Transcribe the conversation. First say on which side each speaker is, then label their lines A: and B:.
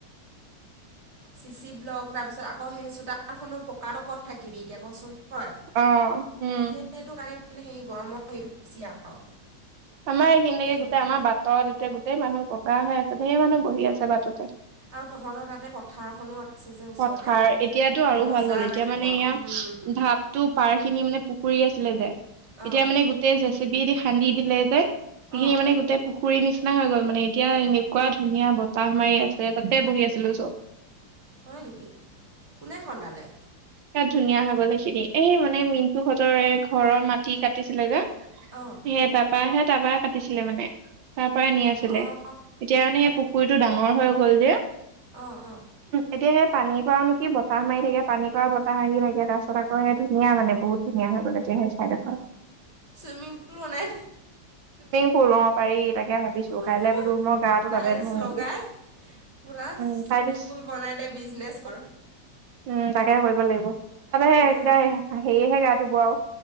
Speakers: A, on the right; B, on the right.
A: চি চি ব্লক তাৰপিছত আকৌ সেই চোতাৰখনো পকা তকত থাকিবি এতিয়া কচোন হয়
B: অ উম
A: সেইটো কাৰণে মে সেই গৰমৰ হেইটো বেছি আৰু
B: আমাৰ
A: ক'তো
B: এইখিনে
A: থাকিবনো
B: গোটেই আমাৰ বাটত এতিয়া গোটেই মানুহ বগা হৈ আছে ধঢেৰ মানুহ বহি আছে বাটতে
A: আৰু তহঁতৰ তাতে পথাৰখনো আছে যে ওচৰতে
B: পথাৰ এতিয়াতো আৰু
A: মজা
B: ভাল হ'ল এতিয়া
A: লাগিব
B: মানে এয়া
A: উম
B: ঢাপটো পাৰ খিনি মানে পুখুৰী আছিলে যে
A: অঁ
B: এতিয়া মানে গোটেই জেচপি খান্দি দিলে যে সেইখিনি
A: অঁ
B: মানে গোটেই পুখুৰ খুুৰীৰ নিচিনা হৈ গল মানে এতিয়া এনেকুৱা ধুনীয়া বতাহ মাৰি আছে তাতে বহি আছিলো চব
A: হয় নেকি কোনে শনালে
B: বিৰাট ধুনীয়া হৈ গ'ল সেইখিনি এই মানে মিনুহঁতৰ ঘৰৰ মাটি কাটিছিলে যো সে
A: অঁ
B: তাৰাপা সে তাৰপা কাটিছিলে মানে তাৰ পৰা নি আছিলে
A: অ',
B: এতিয়া কাৰণে সেই পুখুৰীতটো ডাঙৰ হৈ গ'ল যে
A: অহ অহ
B: এতিয়া সেই পানীৰ পৰাও নেকি বতাহ মাৰি থাকে পানীৰ পৰাও বতাহ আহি থাকে তাৰপিছত আকৌ সেই ধুনীয়া মানে বহুত ধুনীয়া হৈ গ'ল এতিয়া। সেই ঠাইডোখৰ
A: চুইমিং পুল বনাই
B: ফুল পাৰি, তাকে ভাবিছো
A: অ',
B: কাইলৈ বোলো মই গাটো
A: টাইলছ
B: তাতে ধো নেকি?
A: লগাই পুৰা
B: উম
A: চুইমিং
B: টাইলছ
A: পুল বনাই দে বিজনেছ কৰ।
B: উম তাকে কৰিব লাগিব। তাৰপৰা সে
A: অ',
B: কিবা হেৰিয়েহে গা ধুব আও